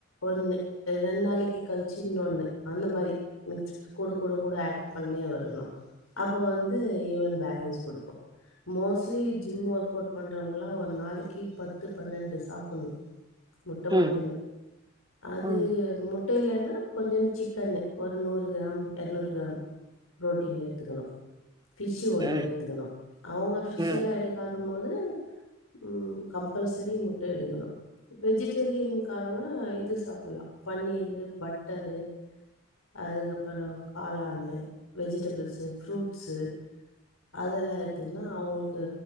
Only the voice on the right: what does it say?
ம்
ம்
ம்
ம்